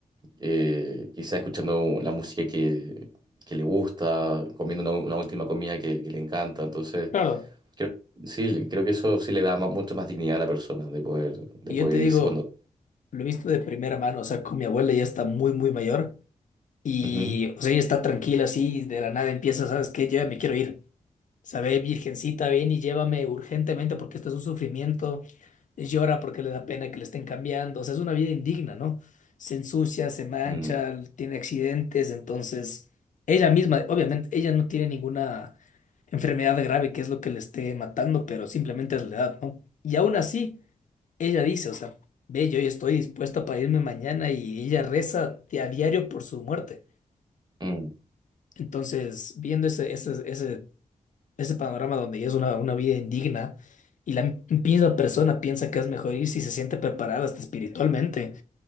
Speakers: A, on the right; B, on the left.
A: eh, quizá escuchando la música que, que le gusta, comiendo una, una última comida que, que le encanta. Entonces,
B: Claro.
A: creo, sí, creo que eso sí le da más- mucho más dignidad a la persona de poder, de
B: Y
A: poder
B: yo te digo,
A: irse cuando...
B: lo he visto de primera mano, o sea, con mi abuela ya está muy, muy mayor. Y,
A: Ujú.
B: o sea, ella está tranquila así, y de la nada empieza, ¿sabes qué? Yo ya me quiero ir. Sabe, virgencita, ven y llévame urgentemente porque esto es un sufrimiento. Llora porque le da pena que le estén cambiando. O sea, es una vida indigna, ¿no? Se ensucia, se mancha,
A: Mm,
B: tiene accidentes. Entonces, ella misma, obviamente, ella no tiene ninguna enfermedad grave que es lo que le esté matando, pero simplemente es la edad, ¿no? Y aún así, ella dice, o sea, ve, yo ya estoy dispuesta para irme mañana y ella reza a diario por su muerte.
A: mm.
B: Entonces, viendo ese, ese, ese, ese panorama donde ya es una, una vida indigna y la misma persona piensa que es mejor ir si se siente preparada hasta espiritualmente,